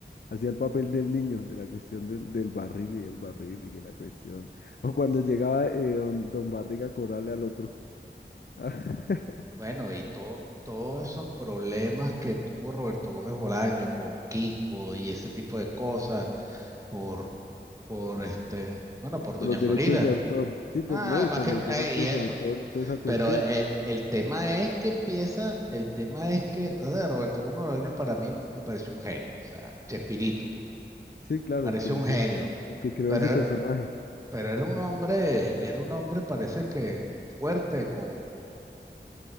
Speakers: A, on the left (about 60°); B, on the right (about 15°).
A: Hacía el papel del niño, de la cuestión del, del barril y el barril y que la cuestión. O cuando llegaba eh, don, don Barriga a cobrarle al otro. <laughs>
B: Bueno, y todo, todos esos problemas que tuvo Roberto Gómez Bolaño con Kiko y ese tipo de cosas por, por este, bueno, por
A: Por
B: Doña
A: los derechos
B: Florida.
A: de autor. Sí, por
B: Nada
A: no, y
B: más
A: por
B: que,
A: los derechos
B: eh, y eso.
A: de autor y toda esa cuestión.
B: Pero el, el tema es que empieza, el tema es que, o sea, Roberto Gómez Bolaño para mí me pareció un genio, o sea, Chespirito, pues,
A: Sí, claro,
B: pareció
A: el que inició,
B: un genio,
A: el que creó
B: pero,
A: ese personaje.
B: pero era un hombre, era un hombre, parece que fuerte, con con, con